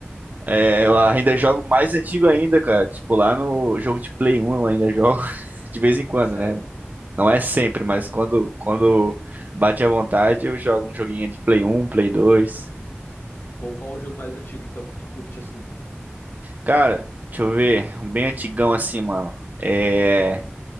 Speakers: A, on the right; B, on the left.
A: É, eu ainda jogo mais antigo ainda, cara. Tipo, lá no jogo de Play 1 eu ainda jogo <laughs> de vez em quando,
B: Sério?
A: né? Não é sempre, mas
B: Ah,
A: quando, quando bate à vontade, eu jogo um joguinho de Play 1, Play dois
B: Pô, qual o jogo mais antigo então que tu curte assim?
A: Cara, deixa eu ver, um bem antigão assim, mano. É.